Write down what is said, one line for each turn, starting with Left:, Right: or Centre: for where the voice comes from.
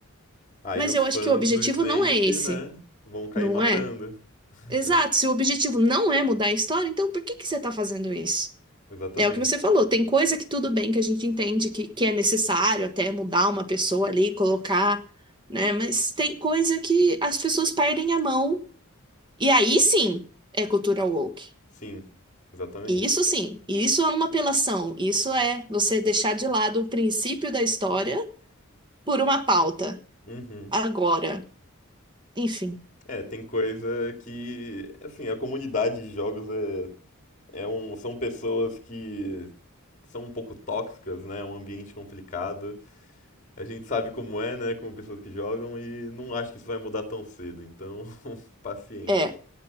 Left: Aí
Right: Mas
Left: os
Right: eu
Left: fãs
Right: acho que o objetivo
Left: do Snape,
Right: não é esse,
Left: né, vão cair
Right: não
Left: matando.
Right: é?
Left: <laughs>
Right: Exato, se o objetivo não é mudar a história, então por que que você tá fazendo isso?
Left: Exatamente.
Right: É o que você falou, tem coisa que tudo bem que a gente entende que, que é necessário até mudar uma pessoa ali, colocar, né? Mas tem coisa que as pessoas perdem a mão. E aí sim é cultura woke.
Left: Sim, exatamente.
Right: E Isso sim, isso é uma apelação. Isso é você deixar de lado o princípio da história por uma pauta.
Left: Uhum.
Right: Agora, enfim,
Left: É, tem coisa que, assim, a comunidade de jogos é, é um, são pessoas que são um pouco tóxicas, né? É um ambiente complicado. A gente sabe como é, né? Como pessoas que jogam, e não acho que isso vai mudar tão cedo, então, <laughs> paciência.
Right: é.